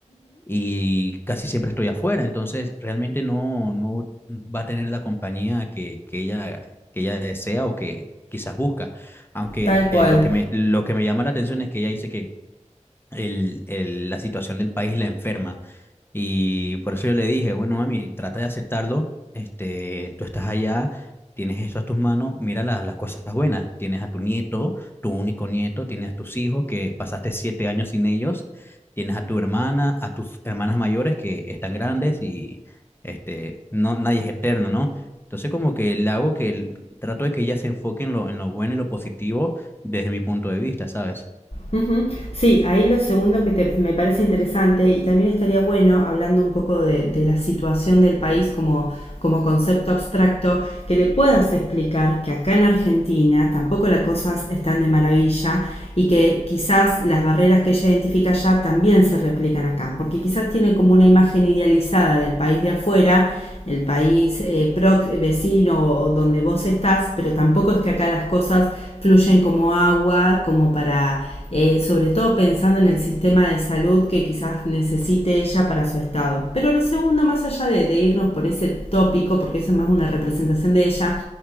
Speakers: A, on the left; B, on the left.
A: y casi siempre estoy afuera, entonces realmente no, no va a tener la compañía que, que ella, que ella desea o que quizás busca. Aunque
B: Tal cual.
A: eh, lo que me, lo que me llama la atención es que ella dice que el- el- la situación del país la enferma. Y por eso yo le dije, bueno, mami, trata de aceptarlo, este, tú estás allá, tienes esto a tus manos, mira la- las cosas buenas, tienes a tu nieto, tu único nieto, tienes a tus hijos que pasaste siete años sin ellos, tienes a tu hermana, a tus hermanas mayores que están grandes y este, no, nadie es eterno, ¿no? Entonces como que le hago que el- trato de que ella se enfoque en lo, en lo bueno y lo positivo desde mi punto de vista, ¿sabes?
B: Ujú. Sí, ahí lo segundo que te- me parece interesante y también estaría bueno, hablando un poco de, de la situación del país como, como concepto abstracto, que le puedas explicar que acá en Argentina tampoco las cosas están de maravilla y que quizás las barreras que ella identifica allá también se replican acá, porque quizás tiene como una imagen idealizada del país de afuera, el país eh, prox- eh, vecino o donde vos estás, pero tampoco es que acá las cosas fluyen como agua, como para eh, sobre todo pensando en el sistema de salud que quizás necesite ella para su estado. Pero lo segundo, más allá de, de irnos por ese tópico, porque eso es más una representación de ella,